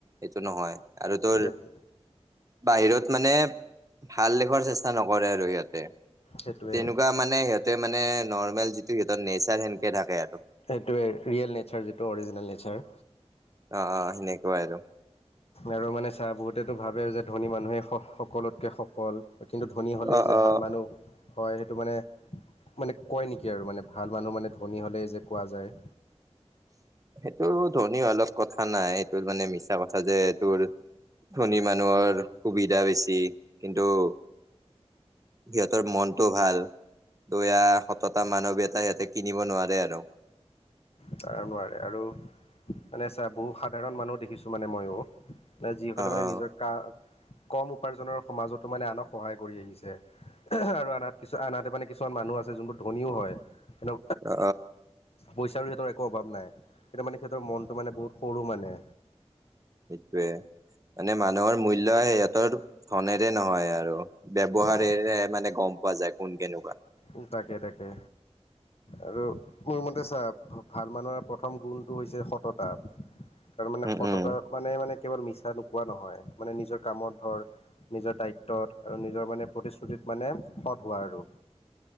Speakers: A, on the right (about 30°); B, on the left (about 65°).
A: এইটো নহয় আৰু তোৰ
B: সেইটোৱে
A: বাহিৰত মানে ভাল দেখুৱাৰ চেষ্টা নকৰে আৰু সিহতে।
B: সেইটোৱে
A: তেনেকুৱা মানে সিহঁতে মানে এ নৰ্মেল যিটো সিহঁতৰ নেচাৰ সেনকে থাকে আৰু।
B: সেইটোৱে, ৰিয়েল নেচাৰ যিটো অৰিজিনেল নেচাৰ।
A: অ অ সেনেকুৱাই আৰু।
B: আৰু মানে চা বহুতেটো ভাবে যে ধনী মানুহে স-স-সকলোতকে সফল। কিন্তু ধনী হ'লেই
A: অ
B: যে
A: অ
B: ভাল মানুহ হয় সেইটো মানে। মানে কয় নেকি আৰু মানে ভাল মানুহ মানে ধনী হ'লেই যে কোৱা যায়।
A: সেইটো ধনী হোৱাৰ লগত কথা নাই। এইটোৰ মানে মিছা কথা যে এইটোৰ ধনী মানুহৰ সুবিধা বেছি। কিন্তু সিহঁতৰ মনটো ভাল। দয়া, সততা, মানৱীয়তা সিহঁতে কিনিব নোৱাৰে আৰু।
B: ত নোৱাৰে আৰু মানে চা বহু সাধাৰণ মানুহ দেখিছো মানে মইও। যিসকলে
A: অ
B: মানে
A: অ
B: নিজৰ কা কম উপাৰ্জনৰ সমাজতো মানে আনক সহায় কৰি আহিছে। আৰু আনহাত কিছু আনহাতে মানে কিছুমান মানুহ আছে যোনবোৰ ধনীও হয়। কিন্তু
A: অ
B: পইচাৰো সিহঁতৰ একো অভাৱ নাই। কিন্তু মানে সিহঁতৰ মনটো মানে বহুত সৰু মানে।
A: সেইটোৱে মানে মানুহৰ মূল্য সিহঁতৰ ধনেৰে নহয় আৰু। ব্যৱহাৰেৰে
B: উম,
A: মানে গ'ম পোৱা যায় কোন কেনেকুৱা।
B: উম, তাকে, তাকে। আৰু মোৰ মতে চা ভাল মানুহৰ প্ৰথম গুণটো হৈছে সততা। তাৰ মানে
A: উম
B: সততা
A: উম
B: মানে মানে কেৱল মিছা নোকোৱা নহয়। মানে নিজৰ কামত ধৰ নিজৰ দায়িত্বত আৰু নিজৰ মানে প্ৰতিশ্ৰুতিত মানে সৎ হোৱা আৰু।